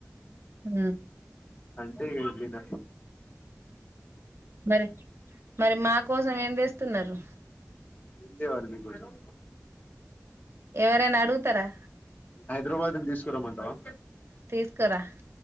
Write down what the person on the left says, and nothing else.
అంటే ఎల్లిన
ఏం తేవాలి మీకోసం
హైదరాబాద్ను తీసుకురమంటావా